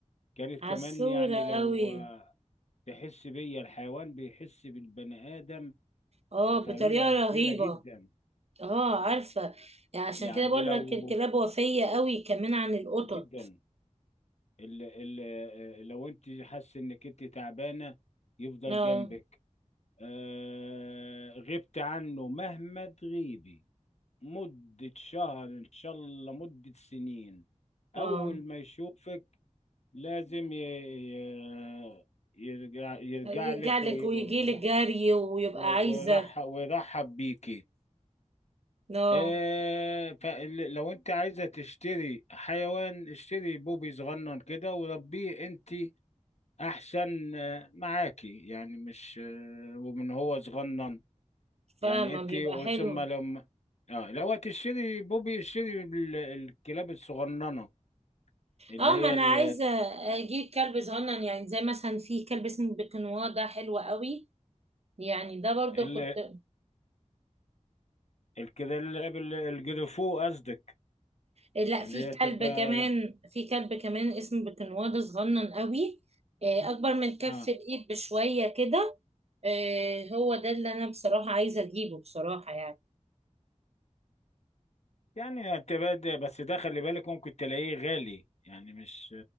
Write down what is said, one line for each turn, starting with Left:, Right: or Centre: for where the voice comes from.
Left: كانت كمان
Right: عسوله
Left: يعني لو
Right: قوي
Left: آه، تحس بيا الحيوان بيحس بالبني ادم
Right: اه
Left: بطريقه
Right: بطريقه رهيبه
Left: كبيره جدا
Right: اه عارفه يعني عشان
Left: يعني
Right: كده بقول
Left: لو
Right: لك الكلاب وفيه قوي كمان عن القطط
Left: جدا ال ال آه، لو انت حاسه انك انت تعبانه يفضل
Right: اه
Left: جنبك آه غبت عنه مهما تغيبي مدة شهر ان شاء الله مدة سنين اول
Right: اه
Left: ما يشوفك لازم ي- ي- يرجع يرجع
Right: يرجعلك
Left: لك وي-
Right: ويجيلك
Left: ويرحب
Right: جري ويبقى
Left: ويرحب
Right: عايزة
Left: ويرحب بيكي
Right: اه
Left: آه فلو انت عايزة تشتري حيوان اشتري بوبي صغنن كده وربيه انت احسن آه معاكي يعني مش آه ومن هو صغنن
Right: فاهمة
Left: يعني انت
Right: بيبقى حلو
Left: ثم لما اه لو هتشتري بوبي اشتري ال- الكلاب الصغننة اللي
Right: اه
Left: هي
Right: ما انا
Left: ال
Right: عايزة اجيب كلب صغنن يعني زي مثلا في كلب اسمه بيكنوا ده حلو قوي يعني ده برضو
Left: ال
Right: كنت
Left: الكلاب ال- الجرفو قصدك
Right: لا
Left: اللي
Right: في
Left: هي
Right: كلب
Left: تبقى
Right: كمان في كلب كمان اسمه بيكنوا ده صغنن قوي آه، اكبر من كف
Left: اه
Right: الايد بشوية كده آه، هو ده اللي انا بصراحة عايزة اجيبه بصراحة يعني
Left: يعني هتبقى ده- بس ده خلي بالك ممكن تلاقيه غالي يعني مش